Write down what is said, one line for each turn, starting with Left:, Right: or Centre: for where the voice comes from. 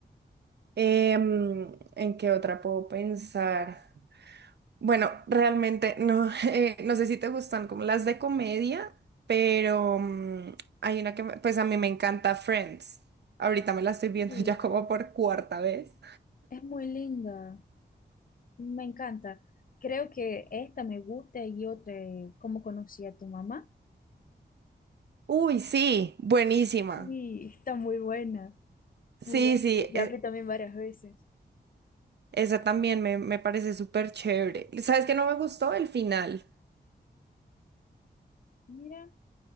Right: Em, ¿en qué otra puedo pensar? Bueno, realmente no, <laughs> eh, no sé si te gustan como las de comedia, pero mm, hay una que, me- pues a mí me encanta Friends. Ahorita me la estoy viendo
Left: Sí.
Right: <laughs> ya como por cuarta vez.
Left: Es muy linda, me encanta. Creo que esta me gusta y otra, eh, ¿Cómo conocí a tu mamá?
Right: Uy, sí, buenísima.
Left: sí está muy buena,
Right: Sí,
Left: muy buena.
Right: sí,
Left: Ya
Right: e-
Left: vi también varias veces.
Right: esa también me, me parece súper chévere. ¿Sabes qué no me gustó? El final.
Left: Mira,